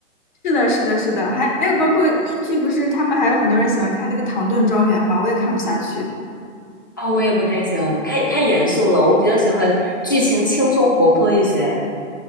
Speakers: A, on the left; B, on the left.
A: 是的，是的，是的，还还有包括英剧，不是他们还有很多人喜欢看那个《唐顿庄园》嘛，我也看不下去。
B: 啊、我也不太喜欢，太太严肃了。我比较喜欢剧情轻松活泼一些。